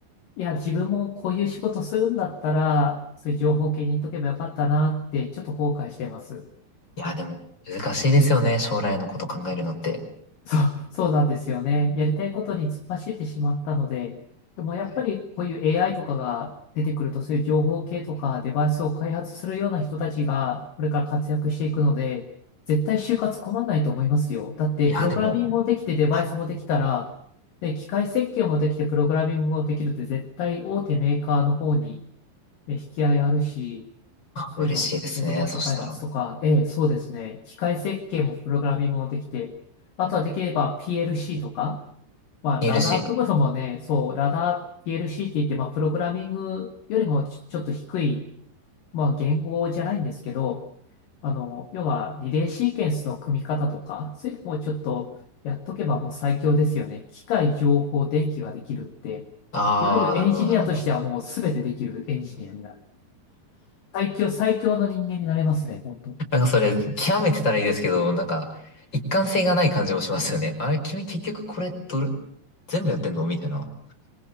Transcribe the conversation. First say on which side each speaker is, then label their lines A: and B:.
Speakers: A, on the left; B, on the left.
A: いや、自分もこういう仕事するんだったら、そういう情報系に行っとけばよかったなーって、ちょっと後悔してます。
B: いや、でも、難しいですよね、将来のこと考えるのって。
A: そう、そうなんですよね。やりたいことに突っ走ってしまったので、でもやっぱりこういう
B: はい
A: AI とかが出てくると、そういう情報系とかデバイスを開発するような人たちがこれから活躍していくので、絶対就活困んないと思いますよ。だって、
B: いや、
A: プログラミングもできてデバイスもできたら、
B: でも、はい
A: で、機械設計もできてプログラミングもできるって絶対大手メーカーの方にね引き合いあるし、そういうの、
B: 嬉しいですね。
A: ね、ロボット開発とか、
B: そしたら。
A: ええ、そうですね。機械設計もプログラミングもできて、あとはできれば PLC とか、まあ、
B: 嬉しい。
A: ラダー組むのもね、そう、ラダー PLC って言って、まあ、プログラミングよりもち、ちょっと低い、まあ、言語じゃないんですけど、あの、要はリレーシーケンスの組み方とか、そういうのもちょっとやっとけばもう最強ですよね。機械、情報、電気ができるって、
B: ああ、
A: いわゆるエンジニアとしてはもう全てできるエンジニアになる。
B: なるほど、なるほど。
A: 最強、最強の人間になれますね、本当。
B: なんかそれ、極めてたらいいですけど、なんか、一貫性がない感じもしますよね。あれ、君結局これ、どれ、全部やってんのみたいな。